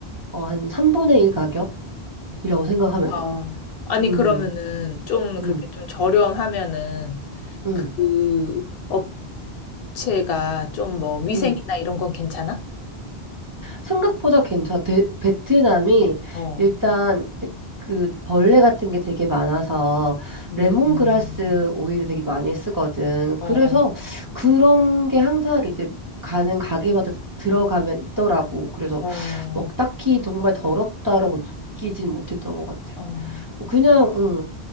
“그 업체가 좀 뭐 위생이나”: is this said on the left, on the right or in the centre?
Left